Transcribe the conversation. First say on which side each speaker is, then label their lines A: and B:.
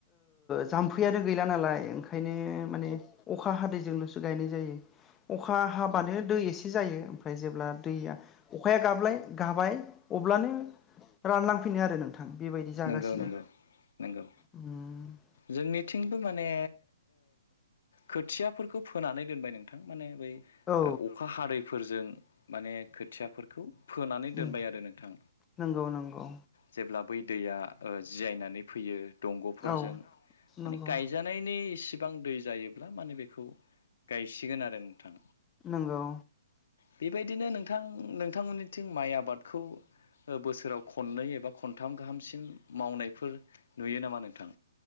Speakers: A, on the left (about 15°); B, on the left (about 65°).
A: जाम्फैयानो गैला नालाय ओंखायनो माने अखा हादैजोंल'सो गायनाय जायो। अखा हाबानो दै एसे जायो ओमफ्राय जेब्ला दैया अखाया गाबलाय गाबाय अब्लानो रानलांफैनो आरो नोंथां बेबायदि जागासिनो
B: नंगौ - नंगौ - नंगौ
A: उम
B: जोंनिथिंबो माने खोथियाफोरखौ फोनानै दोनबाय नोंथां माने बै
A: औ
B: अखा हादैफोरजों माने खोथियाफोरखौ फोनानै दोनबाय
A: उम
B: आरो नोंथां
A: नंगौ नंगौ
B: जेब्ला बै दैया जियनानै फैयो दंग'फोरजों
A: औ
B: माने
A: नंगौ
B: गायजानायनि इसिबां दै जायोब्ला माने बेखौ गायसिगोन आरो नोंथां
A: नंगौ
B: बेबायदिनो नों नोंथां नोंथांमोननिथिं माइ आबादखौ बोसोराव खननै एबा खनथाम गाहाम सिम मावनायफोर नुयो नामा नोंथां